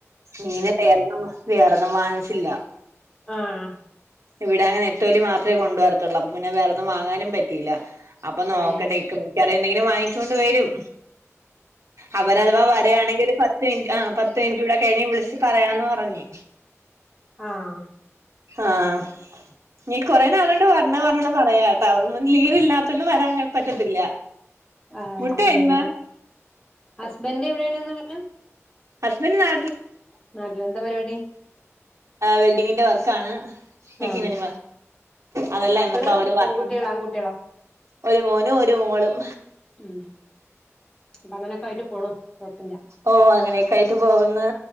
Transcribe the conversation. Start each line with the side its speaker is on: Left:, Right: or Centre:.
Right: മീന് വേറൊന്നും, വേറൊന്നും വാങ്ങിച്ചില്ല.
Left: ആഹ
Right: ഇവിടാണെ നെത്തോലി മാത്രേ കൊണ്ടുവരത്തൊള്ളൂ അപ്പപിന്നെ വേറൊന്നും വാങ്ങാനും പറ്റിയില്ല. അപ്പൊ നോക്കട്ടെ
Left: അയേ
Right: ക്ക ഇക്ക മിക്ക്യവാറുംയെന്തെങ്കിലും വാങ്ങികൊണ്ട് വരും അവരഥവാ വരയാണെങ്കിൽ ഒരു പത്ത് മിനിറ്റ് ആ പ മിൻറ്റൂടെ കഴിഞ്ഞ് വിളിച്ച് പറയാന്ന് പറഞ്ഞ്
Left: ആഹ്
Right: ആഹ നീ കൊറേ നാള്കൊണ്ട് വര്ണം വര്ണന്ന് പറയാട്ടോ <unintelligible> ലീവ് ഇല്ലാത്തൊണ്ടും വരാൻ പറ്റത്തില്ല.
Left: ആഹ്
Right: മുട്ടയേന്മാ
Left: അങ്ങനെയാണ്ല്ലേ ഹസ്ബൻഡ് എവിടെയാണ്ന്ന് ള്ളത്
Right: ഹസ്ബൻഡ് നാ
Left: <unintelligible> എന്താ പരിപാടി?
Right: വെൽഡിംഗിന്റെ വർക്കാണ് എ
Left: ആഹ്
Right: കനണ വ അതല്ല
Left: മക്കള്
Right: എന്നപ്പ അവര് വാർത്ത
Left: പെൺകുട്ടികളാ ആൺകുട്ടികളോ
Right: ഒരു മോനും ഒരു മോളും
Left: ഉം അപ്പൊ അങ്ങനൊക്കെ ആയിട്ട് പോണു കൊഴപ്പില്ല
Right: ഓ അങ്ങനെ നെ പോകന്ന്